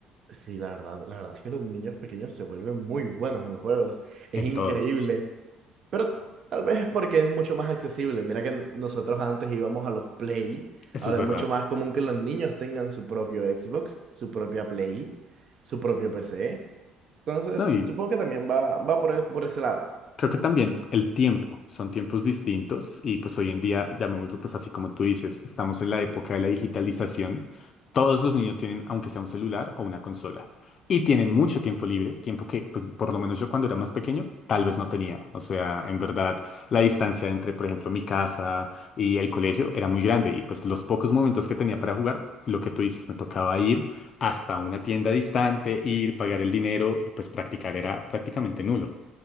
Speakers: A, on the right; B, on the left.
A: Sí, la verdad, la verdad es que los niños pequeños se vuelven muy buenos en los juegos. Es
B: En
A: increíble.
B: todo.
A: Pero tal vez es porque es mucho más accesible. Mira que n- nosotros antes íbamos a los Play.
B: Eso
A: Ahora
B: es verdad.
A: es mucho más común que los niños tengan su propio Xbox, su propia Play, su propio PC. Entonces,
B: No, y
A: supongo que también va, va por, e- por ese lado.
B: Creo que también el tiempo, son tiempos distintos y pues hoy en día, llamémoslo pues así como tú dices, estamos en la época de la digitalización. Todos los niños tienen, aunque sea un celular o una consola, y tienen mucho tiempo libre, tiempo que pues por lo menos yo cuando era más pequeño tal vez no tenía. O sea, en verdad la distancia entre, por ejemplo, mi casa y el colegio era muy grande y pues los pocos momentos que tenía para jugar, lo que tú dices, me tocaba ir hasta una tienda distante, ir, pagar el dinero y pues practicar era prácticamente nulo.